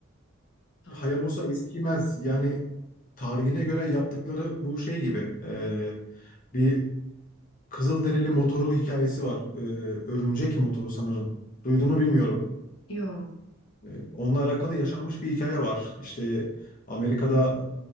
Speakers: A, on the left; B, on the left.
A: tam
B: Hayabusa
A: olarak.
B: eskimez. Yani tarihine göre yaptıkları bu şey gibi. e, bir Kızılderili motoru hikayesi var. E, örümcek motoru sanırım. Duyduğunu bilmiyorum.
A: Yo.
B: E, Onunla alakalı yaşanmış bir hikaye var. İşte Amerika'da